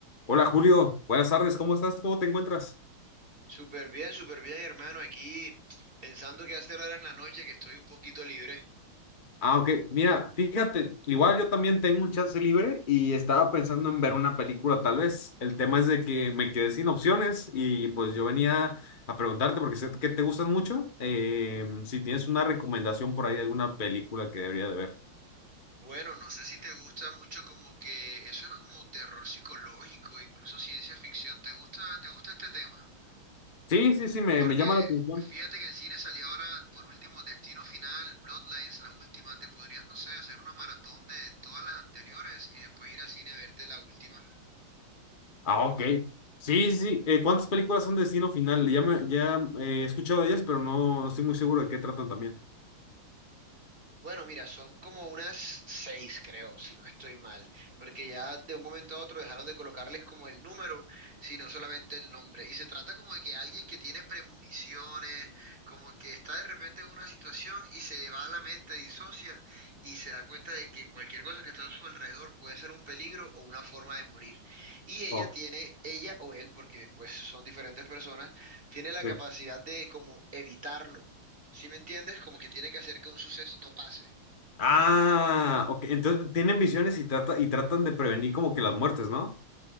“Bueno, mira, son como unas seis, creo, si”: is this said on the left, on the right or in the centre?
Right